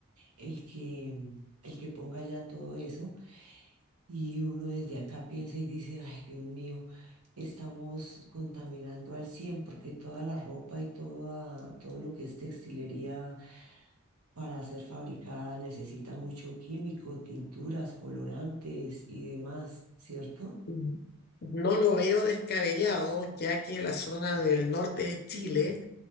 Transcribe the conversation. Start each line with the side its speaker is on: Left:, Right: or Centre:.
Right: el que, mm, el que ponga ya todo eso y uno desde acá piensa y dice, ay, Dios mío, estamos contaminando al cien porque toda la ropa y toda, todo lo que es textilería para ser fabricada necesita mucho químico, tinturas, colorantes y demás, ¿cierto?
Left: Mm. No lo veo descabellado, ya que la zona del norte de Chile,